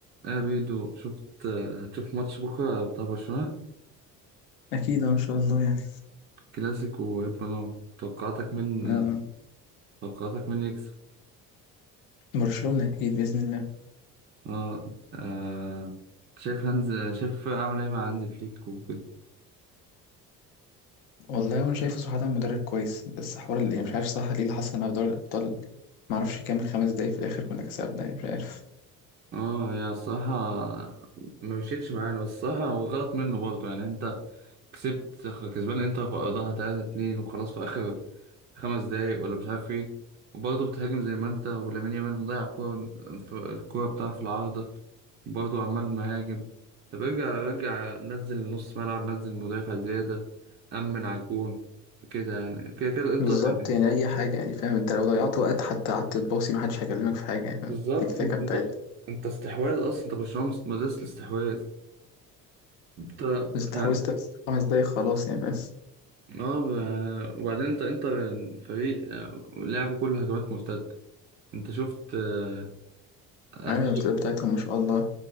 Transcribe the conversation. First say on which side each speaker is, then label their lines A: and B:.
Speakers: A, on the right; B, on the left.
A: آه بيدو شفت آه، هتشوف ماتش بكرة بتاع برشلونة
B: أكيد إن شاء الله يعني
A: كلاسيكو وهيبقى نار توقعاتك من
B: آه،
A: توقعاتك من يكسب
B: برشلونة أكيد بإذن الله
A: اه, آه. شايف هانز شايف الفرقة عاملة ايه مع هانز فليك وكده
B: والله وأنا شايفه صراحة مدرب كويس بس حوار اللي مش عارف صح ليه اللي حصل مع دوري الأبطال معرفش يكمل خمس دقايق في الآخر كنا كسبنا يعني مش عارف
A: اه هي الصراحة ما مشيتش معانا بس الصراحة هو غلط منه برضه يعني انت كسبت كسبان انتر في ارضها 3 2 وخلاص في اخر خمس دقايق ولا مش عارف ايه وبرضه بتهاجم زي ما انت ولامين يامال مضيع الكورة الكورة بتاعه في العارضة برضه عمال مهاجم طب ارجع رجع نزل نص ملعب نزل مدافع زيادة أمن على الجون كده يعني كده كده انت
B: بالظبط
A: يعني
B: يعني أي حاجة يعني فاهم أنت لو ضيعت وقت حتى قعدت تباصي محدش هيكلمك في حاجة يعني فاهم
A: بالظبط
B: تيكي تاكا
A: انت
B: بتاعتنا
A: انت استحواذ اصلا انت برشلونة مس- مدرسة الاستحواذ انت
B: بس تحوست
A: يعني
B: بس خمس دقايق خلاص يعني فاهم
A: اه يعني وبعدين انت انت فريق يعني لعبه كله هجمات مرتدة انت شفت آه، أتش-
B: عامل الارتداد بتاعتهم ما شاء الله